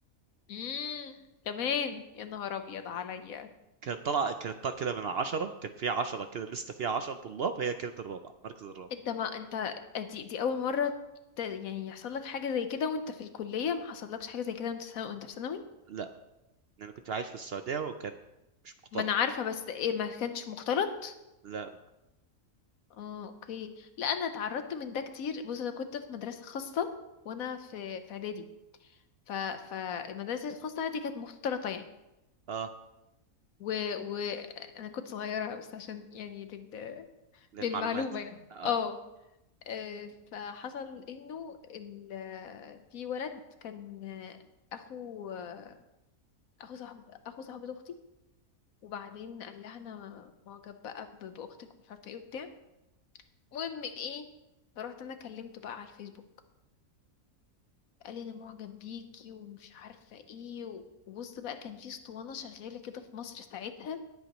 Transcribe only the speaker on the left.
امم كمان يا نهار ابيض عليا
انت ما انت دي دي اول مرة ت- يعني يحصل لك حاجة زي كده وانت في الكلية ما حصلكش حاجة زي كده وانت سنة وانت في ثانوي
ما انا عارفة بس ايه ما كانش مختلط
اه اوكي لا انا اتعرضت من ده كتير بص انا كنت في مدرسه خاصه وانا في في اعدادي ف فالمدرسه الخاصه دي كانت مختلطه يعني
و... و انا كنت صغيره بس عشان يعني لل...
للمعلومه يعني
اه آه، فحصل انه ال... في ولد كان آه، اخو آه، اخو صاحب اخو صاحبة اختي وبعدين قال لها انا معجب بقى ب- باختك ومش عارفه ايه وبتاع المهم ايه فرحت انا كلمته بقى على الفيسبوك قال لي انا معجب بيكي ومش عارفه ايه و- وبص بقى كان في اسطوانه شغاله كده في مصر ساعتها